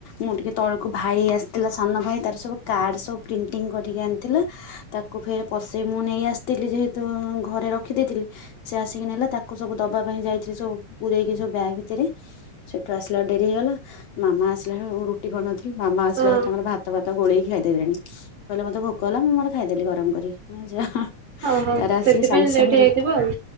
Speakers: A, on the left; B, on the right.
A: ମୁଁ ଟିକେ ତଳକୁ ଭାଇ ଆସିଥିଲା ସାନ ଭାଇ, ତାର ସବୁ କାର୍ଡ ସବୁ ପ୍ରିଣ୍ଟିଙ୍ଗ୍ କରିକି ଆଣିଥିଲା। ତାକୁ ଫେରେ ପଶେଇ, ମୁଁ ନେଇ ଆସିଥିଲି ଯେହେତୁଁ, ଘରେ ରଖ୍ ରଖି ଦେଇଥିଲି, ସେ ଆସିକି ନେଲା। ତାକୁ ସବୁ ଦବା ପାଇଁ ଯାଇଥିଲି, ସବୁ ପୁରେଇକି ସବୁ ବ୍ୟାଗ୍ ଭିତରେ। ସେଠୁ ଆସିଲା ଡେରି ହେଇଗଲା। ମାମା ଆସିଲା ବେଳୁ ରୁଟି କରିନଥିଲି। ମାମା ଆସିଲା
B: ହଁ
A: ବେଳୁ ତାଙ୍କର ଭାତ, ଫାତ ଗୋଳେଇକି ଖାଇଦେ <unintelligible> କହିଲେ ମତେ ଭୋକ ହେଲା, ମୁଁ ମୋର ଖାଇଦେଲି ଗରମ କରି। ଯାହା
B: ଓହୋ
A: ତାରେ, ଆସିକି
B: ସେଥିପାଇଁ
A: ସାଙ୍ଗ୍ ସାଙ୍ଗେ
B: ଲେଟ୍ ହେଇଯାଇଥିବ
A: ରୁଟି
B: ଆଉ